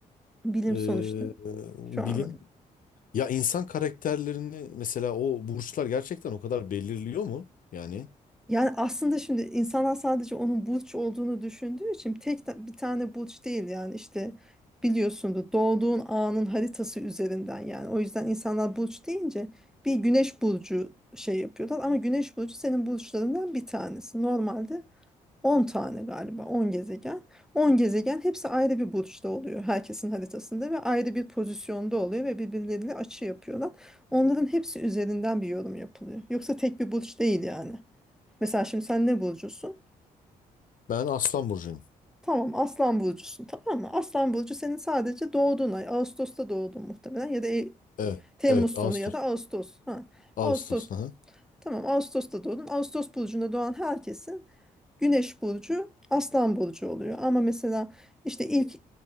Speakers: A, in the centre; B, on the left (about 55°).
A: Bilim
B: Ee,
A: sonuçta.
B: bilim
A: Şu an.
B: ya insan karakterlerini mesela o burçlar gerçekten o kadar belirliyor mu? Yani
A: Yani aslında şimdi insanlar sadece onun burç olduğunu düşündüğü için tek ta- bir tane burç değil yani işte biliyorsunuz doğduğun anın haritası üzerinden yani o yüzden insanlar burç deyince bir güneş burcu şey yapıyorlar ama güneş burcu senin burçlarından bir tanesi. Normalde 10 tane galiba 10 gezegen. 10 gezegen hepsi ayrı bir burçta oluyor herkesin haritasında ve ayrı bir pozisyonda oluyor ve birbirleriyle açı yapıyorlar. Onların hepsi üzerinden bir yorum yapılıyor. Yoksa tek bir burç değil yani. Mesela şimdi sen ne burcusun?
B: ben Aslan burcuyum.
A: Tamam Aslan burcusun tamam mı? Aslan burcu senin sadece doğduğun ay. Ağustos'ta doğdun muhtemelen ya da e-
B: Evet.
A: Temmuz
B: Evet,
A: sonu
B: Ağustos.
A: ya da Ağustos. Ha.
B: Ağustos.
A: Ağustos
B: Hı hı.
A: tamam Ağustos'ta doğdun. Ağustos burcunda doğan herkesi Güneş burcu Aslan burcu oluyor. Ama mesela işte ilk